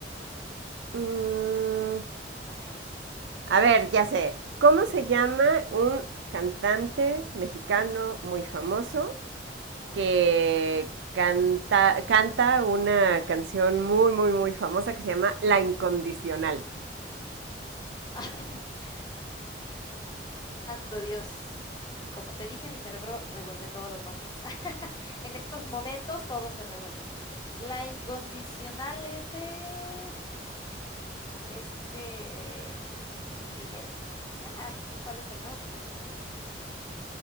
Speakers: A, on the right (about 80°); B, on the left (about 25°).
A: Mm,
B: Bueno, si
A: A
B: quieres.
A: ver, ya sé. ¿Cómo
B: Ujú.
A: se llama un cantante mexicano muy famoso que canta, canta una canción muy, muy, muy famosa que se llama La Incondicional?
B: <laughs> santo Dios. Como te dije, mi cerebro revuelve todos los nombres. <laughs> En estos momentos todo se revuelve. La incondicional es de... Este, Miguel, ah, ¿cuál es el nombre?